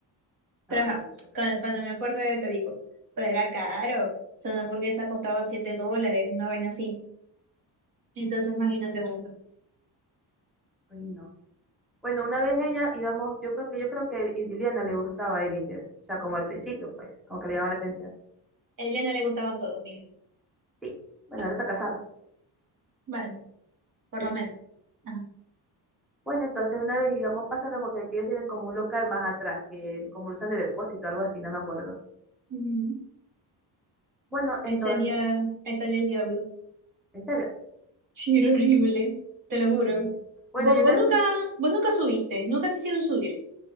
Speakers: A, in the centre; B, on the right.
A: No,
B: Pero ajá,
A: no me suena.
B: cuando, cuando me acuerdo te digo, pero era caro, o sea, una hamburguesa costaba 7 dólares, una vaina así. Entonces imagínate uno.
A: Uy, no. Bueno, una vez ella íbamos, yo creo que yo creo que a Liliana le gustaba a Ellinger, o sea, como al principio, pues, como que le llamaba la atención.
B: A ella no le gustaban todos, miren.
A: Sí, bueno,
B: Ajá,
A: ahora está casada.
B: Bueno, por
A: Eh,
B: lo menos. Ajá.
A: Bueno, entonces una vez íbamos pasando porque aquí ellos tienen como un local más atrás, que como lo usan de depósito, algo así, no me acuerdo.
B: Ujú.
A: Bueno, entonces,
B: Ese día, ese día el diablo. <laughs>
A: en serio.
B: Sí, era horrible, te lo juro.
A: Mm. Bueno,
B: Vos,
A: yo una
B: vos nunca,
A: vez fui-
B: vos nunca subiste, nunca te hicieron subir.